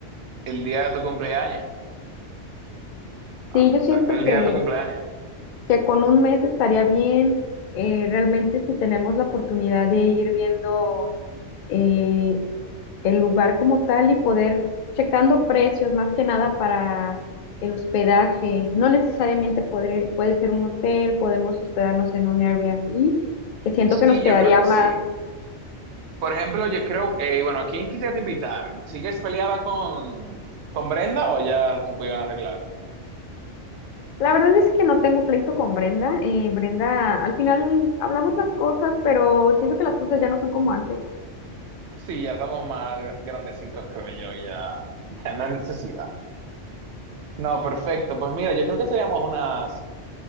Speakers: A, on the right; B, on the left.
A: el día de tu cumpleaños. Ah,
B: Sí, yo siento
A: exacto, el día
B: que
A: de tu cumpleaños.
B: que con un mes estaría bien. eh, realmente si tenemos la oportunidad de ir viendo eh, el lugar como tal y poder checando precios más que nada para el hospedaje. No necesariamente podré- puede ser un hotel, podemos hospedarnos en un Airbnb, que siento que
A: Sí,
B: nos quedaría
A: yo creo que
B: más.
A: sí. Por ejemplo, yo creo, eh, bueno, ¿a quién quisieras invitar? ¿Sigues peleada con, con Brenda o ya se pudieron arreglar?
B: La verdad es que no tengo pleito con Brenda. eh, Brenda, al final hablamos las cosas, pero siento
A: O-
B: que las cosas ya no son como antes.
A: Sí, ya estamos más gra- grandecitos, creo yo, ya, ya no hay necesidad. No, perfecto. Pues mira, yo creo que seríamos unas